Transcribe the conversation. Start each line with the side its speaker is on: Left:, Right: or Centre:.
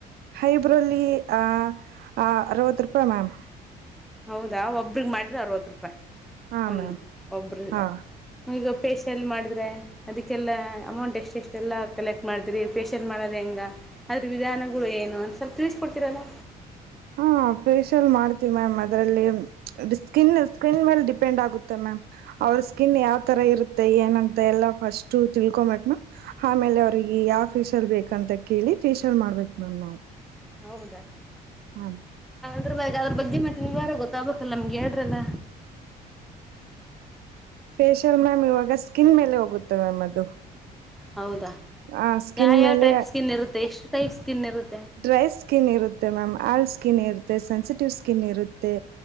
Right: ಹೈಬ್ರಲ್ಲಿ ಆ ಅರವತ್ತು ರೂಪಾಯಿ ಮ್ಯಾಮ್
Centre: ಹೌದಾ ಒಬ್ರಗ್ ಮಾಡಿದ್ರೆ ಅರವತ್ತು ರೂಪಾಯಿ
Right: ಹಾ
Centre: ಒಂದ
Right: ಮ್ಯಾಮ್
Centre: ಒಬ್ರ
Right: ಹಾ
Centre: ಈಗ ಫೇಶಿಯಲ್ ಮಾಡಿದ್ರೆ ಅದಕ್ಕೆಲ್ಲ ಅಮೌಂಟ್ ಎಷ್ಟ ಎಷ್ಟೆಲ್ಲ ಕಲೆಕ್ಟ್ ಮಾಡಿದ್ರಿ ಫೇಶಿಯಲ್ ಮಾಡೋದ ಹೆಂಗ ಅದ್ರ ವಿಧಾನಗಳು ಏನು ಅಂತ ಸ್ವಲ್ಪ ತಿಳಿಸಕೊಡ್ತಿರಲ್ಲ
Right: ಹಾ ಫೇಶಿಯಲ್ ಮಾಡ್ತಿೀವಿ ಮ್ಯಾಮ್ ಮ ಅದರಲ್ಲಿ ಸ್ಕಿನ್ ಸ್ಕಿನ್ ಮೇಲೆ ಡಿಪೆಂಡ್ ಆಗುತ್ತೆ ಮ್ಯಾಮ್ ಅವ್ರ ಸ್ಕಿನ್ ಯಾವ್ ತರ ಇರುತ್ತೆ ಏ ಎಲ್ಲ ಸ್ ತಿಕೊಬೇಕ ಆಮೇಲೆ ಅವಿಗೆ ಯಫೀಸಲ್ಲಿ ಬೇಕಂತ ಕೇಳಿ ಷಲ್ ಮಾಡ್ಬೇಕು ಮ್ಯಾಮ್ ನಾವು
Centre: ಹೌದಾ
Right: ಹ್ಮ
Centre: ಅ ಬ ಅದ್ರ ಬಗ್ಗೆ ಮತ್ತ ವಿವರ ಗೊತ್ತಾಗಬೇಕಕ್ಲ್ಲ ನಮ್ಗೆ ಹೇಳ್ರಲ್ಲ
Right: ಫೇಶಿಯಲ್ ಮ್ಯಾಮ್ ಇವಾಗ ಸ್ಕಿನ್ ಮೇಲೆ ಹೋಗುತ್ತೆ ಮ್ಯಾಮ್ ಅದು
Centre: ಹೌದಾ
Right: ಆ ಸ್ಕಿನ್
Centre: ಯಾವ ಯಾವ್
Right: ಮೇಲೆ
Centre: ಟೈಪ್ ಸ್ಕಿನ್ ಇರುತ್ತೆ ಎಷ್ಟು ಟೈಪ್ ಸ್ಕಿನ್ ಇರುತ್ತೆ
Right: ಡ್ರೈ ಸ್ಕಿನ್ ಇರುತ್ತೆ ಮ್ಯಾಮ್ ಆಲ್ ಸ್ಕಿನ್ ಇರುತ್ತೆ ಸೆನ್ಸಿಟಿವ್ ಸ್ಕಿನ್ ಇರುತ್ತೆ